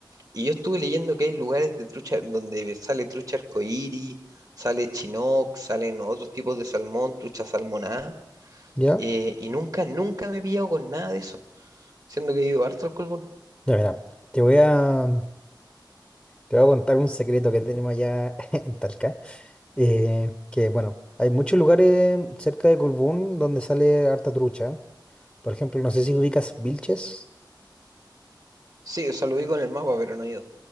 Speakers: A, on the right; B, in the centre.
A: Y yo estuve leyendo que hay lugares de trucha donde sale trucha arcoíris, sale chinook, salen otros tipos de salmón, trucha salmonada,
B: ¿Ya?
A: eh, y nunca, nunca me he pillado con nada de eso, siendo que he ido harto al Colbún.
B: Ya, mira, te voy a, te voy a contar un secreto que tenemos allá <laughs> en Talca. eh, que, bueno, hay muchos lugares cerca de Colbún donde sale harta trucha. Por ejemplo, no sé si ubicas Vilches.
A: Sí, o sea, lo vi con el mapa, pero no he ido.